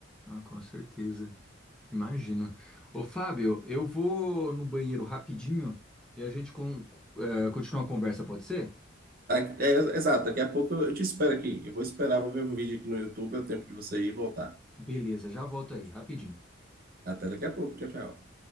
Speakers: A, in the centre; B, on the right.
A: Ah, com certeza. Imagina. Ô, Fábio, eu vou no banheiro rapidinho e a gente con- eh, continua a conversa, pode ser?
B: Tá? É, é, exato, daqui a pouco eu, eu te espero aqui. Eu vou esperar, vou ver um vídeo aqui no YouTube, é o tempo de você ir e voltar.
A: Beleza, já volto aí, rapidinho.
B: Até daqui a pouco. Tchau, tchau.